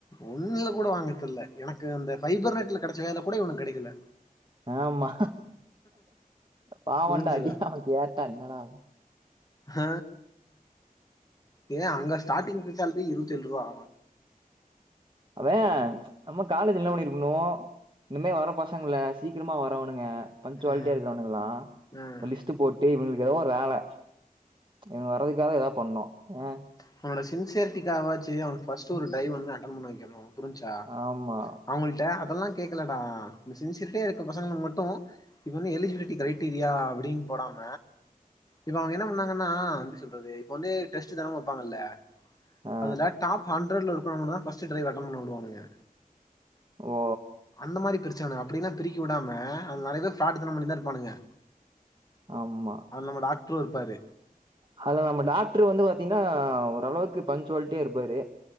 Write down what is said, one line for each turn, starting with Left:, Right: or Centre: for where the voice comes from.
Left: ஒன்னுல கூட வாங்கி தர்ல எனக்கு அந்த பைபர் நெட்ல கிடைச்ச வேலை கூட இவனுக்கு கெடைக்கல
Right: ஆமா பாவன்டா
Left: புரிஞ்சுதா
Right: அடி அவன் கேட்டான்னா
Left: ஹ ஏ அங்க ஸ்டார்டிங் பிசாம்ப்பு இருவத் ஏழ்ருவா
Right: அவன் நம்ம காலேஜ் என்ன பண்ணிருக்கணு இனிமே வர பசங்கள சீக்கிரமா வரவனுங்க பஞ்சுவாலிட்டியா
Left: ம்
Right: இருக்கிறவனுங்களா
Left: ம்
Right: சொல்லி த்து போட்டு இவனுங்களுக்கு எதோ ஒரு வேல இவ்ங்க வர்றதுக்காக எதாவ் பண்ணு ஏ
Left: அவனோட சின்சியரிட்டிகாகவாச்சு அவன ஃபஸ்ட்டு
Right: மிஸ்
Left: ஒரு ட்ரைவ் வந்து அட்டன் பண்ண வெக்கணு புரிஞ்சா
Right: ஆமா.
Left: அவ்ங்கள்ட்ட அதெல்லா கேக்கலடா இந்த சின்சியாரிட்டியா இருக்க பசங்களுக்கு மட்டு இப்ப வந்து எலிஜிபிலிட்டி க்ரைட்டீரியா அப்டின் போடாம இப்ப அவ்ங்க என்ன பண்ணாங்கனா எப்டி சொல்றது இப்ப வந்து டெஸ்ட்டு தான வப்பாங்கல்ல
Right: ஆ
Left: அதுல டாப் ஹண்ட் ண்ரட்ல இருக்கவ்ங்க தா ஃபஸ்ட்டு டிரைவ் அட்டன் பண்ண விடுவானுங்க
Right: ஓ
Left: அந்த மாரி பிரிச்சானுங்க அப் அப்டிலா பிரிக்க விடாம அதுனாலேதா ஃப்ராடுதன பண்ணிட்தா இருப்பானுங்க
Right: ஆம்மா
Left: அ நம்ம டாக்ட்ரு இருப்பாரு
Right: அதுல நம்ம டாக்ட்ரு வந்து பாத்தீங்னா ஓரளவுக்கு பஞ்சுவால்டியா இருப்பாரு